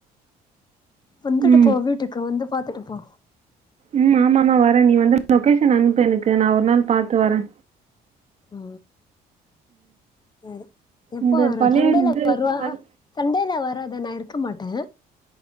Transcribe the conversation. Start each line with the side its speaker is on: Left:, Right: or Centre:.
Left: வந்துட்டு
Right: ம்
Left: போ வீட்டுக்கு வந்து பாத்துட்டுப்போ
Right: உம் ஆமாமமா வர நீ வந்து லொகேஷன் அனுப்பு எனக்கு நான் ஒரு நாள் பாத்து வர
Left: ஆ சரி எப்போ
Right: இந்த
Left: வர
Right: பழைய
Left: சண்டேல
Right: இது
Left: வருவா
Right: பல்
Left: சண்டேல வர அத நான் இருக்க மாட்ட